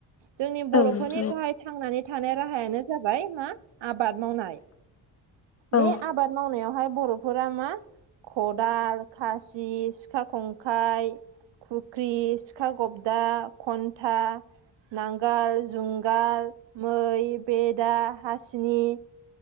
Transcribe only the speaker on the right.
जोंनि बर'फोरनि
गाहाय थांनानै थानाय राहायानो जाबाय मा आबाद मावनाय
बे आबाद मावनायावहाय बर'फोरा मा खदाल, खासि, सिखा खंखाइ, फुख्रि, सिखा गबदा, खन्था, नांगोल जुंगाल, मै, बेदा, हासिनि,